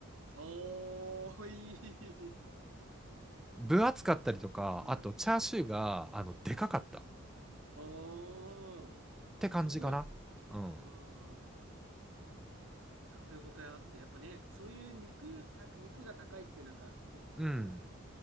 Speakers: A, on the right; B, in the centre.
A: おー、いい。
B: 分厚かったりとか、
A: あ、うん、
B: あとチャーシューが、あの、でかかったっ
A: うん。おー、
B: て感じかな。
A: すごい。う
B: うん。
A: ーん。食べ応えあって、やっぱね、そういう肉、た、肉が高いってなんか、大きいと、
B: うん。